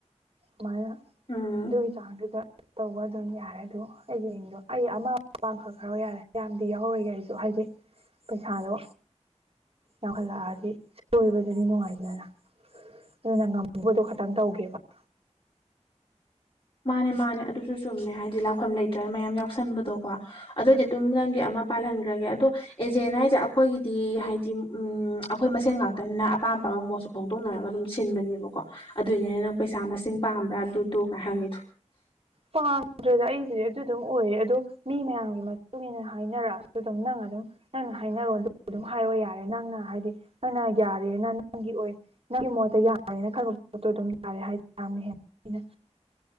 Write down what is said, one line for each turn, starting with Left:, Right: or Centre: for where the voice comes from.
Right: ꯁꯨꯃꯥꯏꯅ
Left: ꯎꯝ
Right: ꯑꯗꯨꯒꯤ ꯆꯥꯡꯗꯨꯗ ꯇꯧꯕ ꯑꯗꯨꯝ ꯌꯥꯔꯦ ꯑꯗꯣ ꯑꯩꯒꯤ ꯃꯤꯡꯗꯣ ꯑꯩ ꯑꯃ ꯄꯥꯡꯈꯠꯈ꯭ꯔꯣ ꯌꯥꯔꯦ ꯌꯥꯝꯗꯤ ꯌꯥꯎꯔꯣꯏꯒꯦ ꯑꯩꯖꯨ ꯍꯥꯏ ꯍꯥꯏꯗꯤ ꯄꯩꯁꯥꯗꯣ ꯌꯥꯝꯈꯠꯂꯛꯑꯥꯗꯤ ꯁꯣꯏꯕꯗꯨꯗꯤ ꯅꯨꯡꯉꯥꯏꯗꯅ ꯑꯗꯨꯅ ꯉꯝꯕꯗꯣ ꯈꯇꯪ ꯇꯧꯒꯦꯕ <inaudible>
Left: ꯃꯥꯟꯅꯦ ꯃꯥꯟꯅꯦ ꯑꯗꯨꯁꯨ ꯆꯨꯝꯃꯦ ꯍꯥꯏꯗꯤ ꯂꯥꯛꯐꯝ ꯂꯩꯇ꯭ꯔꯒ ꯃꯌꯥꯝ ꯌꯥꯎꯁꯟꯕꯗꯣꯀꯣ ꯑꯗꯨꯏꯗꯤ ꯑꯗꯨꯝ ꯅꯪꯒꯤ ꯑꯃ ꯄꯥꯜꯍꯟꯒ꯭ꯔꯒꯦ ꯑꯗꯣ ꯑꯦꯖꯦꯟ ꯍꯥꯏꯖꯦ ꯑꯈꯣꯏꯒꯤꯗꯤ ꯍꯥꯏꯗꯤ ꯎꯝ ꯑꯈꯣꯏ ꯃꯁꯦꯟ ꯉꯥꯛꯇꯅꯤꯅ ꯑꯄꯥꯝꯕ ꯑꯎ ꯃꯣꯠꯁꯨ ꯐꯣꯡꯗꯣꯛꯅꯔꯒ ꯑꯗꯨꯝ ꯁꯤꯟꯕꯅꯦꯕꯀꯣ ꯑꯗꯨꯏꯅꯦ ꯑꯩꯅ ꯅꯪ ꯄꯩꯁꯥ ꯃꯁꯤꯡ ꯄꯥꯝꯕ꯭ꯔꯥ ꯑꯗꯨꯗꯨ ꯀꯥꯏ ꯍꯪꯉꯤꯗꯣ
Right: ꯄꯥꯝꯗ꯭ꯔꯦꯗ ꯑꯩꯕꯨꯗꯤ ꯑꯗꯨ ꯑꯗꯨꯝ ꯑꯣꯏꯔꯦ ꯑꯗꯣ ꯃꯤ ꯃꯌꯥꯝꯒꯤ ꯃꯇꯨꯡꯏꯟꯅ ꯍꯥꯏꯅꯔꯛꯑꯁꯨ ꯑꯗꯨꯝ ꯅꯪ ꯑꯗꯨꯝ ꯅꯪꯅ ꯍꯥꯏꯅꯔꯣ ꯑꯗꯨꯝ ꯍꯥꯏꯔꯣ ꯌꯥꯔꯦ ꯅꯪꯅ ꯍꯥꯏꯗꯤ ꯅꯪꯅ ꯌꯥꯔꯦꯅꯥ ꯅꯪꯒꯤ ꯑꯣꯏ ꯅꯪꯒꯤ ꯃꯣꯠꯇ ꯌꯥꯔꯦꯅ ꯈꯟꯕ ꯄꯣꯠꯇꯣ ꯑꯗꯨꯝ ꯌꯥꯔꯦ ꯍꯥꯏꯗꯤ ꯌꯥꯝꯅ ꯍꯦꯟꯅ ꯑꯩꯅ